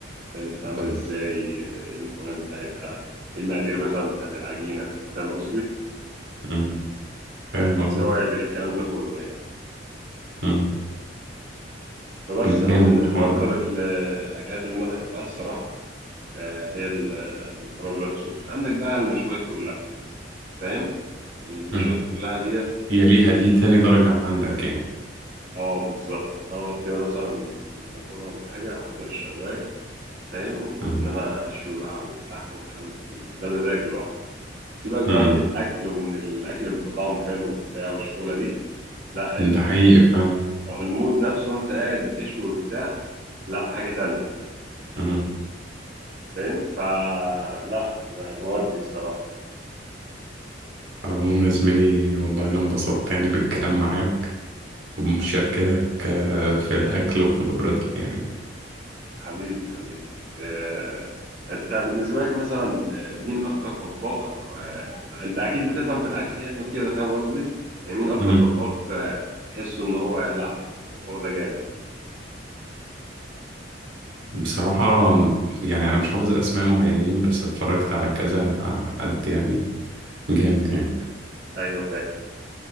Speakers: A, on the right (about 55°); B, on the right (about 85°).
A: فاهم بتتعمل
B: مم.
A: ازاي ايه المكونات بتاعتها ايه المقادير مثلا بتاعت العجينة فاهم قصدي
B: مم. فاهم قصدك
A: توابل الكلام ده كله يعني
B: مم.
A: فبس
B: ده
A: انا
B: جامد
A: من
B: الحوار
A: من اكتر
B: ده
A: ال- الاكلات اللي انا بحبها الصراحة آه، هي ال- المكرونة بالوايت صوص عندك بقى المشويات كلها فاهم المشويات
B: مم.
A: كلها ديت
B: هي ليها دي تاني درجة عندك يعني
A: اه بالظبط اقعد كده مثلا في البلكونة ولا حاجة احضر الشواية فاهم وان
B: مم.
A: انا اشوي بقى على الفحم والكلام ده كله ده مزاج لوحده سيبك
B: مم.
A: بقى من الاكل وان الاكل بيبقى طعمه حلو وبتاع والشغله دي لا
B: ده
A: ال-
B: حقيقي فعلا
A: المود نفسه وانت قاعد بتشوي وبتاع لا حاجه تانية
B: مم.
A: فاهم فلا بودي الصراحه
B: على العموم يا زميلي والله أنا انبسطت يعني بالكلام معاك وبمشاركتك آه، في الأكل وخبرتك يعني
A: حبيبي حبيبي آه، انت بالنسبه لك مثلا آه، مين اكتر طباخ آه، انت اكيد بتفهم في الاكل يعني وكده فاهم قصدي يعني مين اكتر
B: مم.
A: طباخ آه، تحسه ان هو لا الطباخ ده جامد
B: بصراحة يعني أنا مش حافظ أسماء معينين بس اتفرجت على كذا حد يعني جامد يعني
A: ايوه فاهم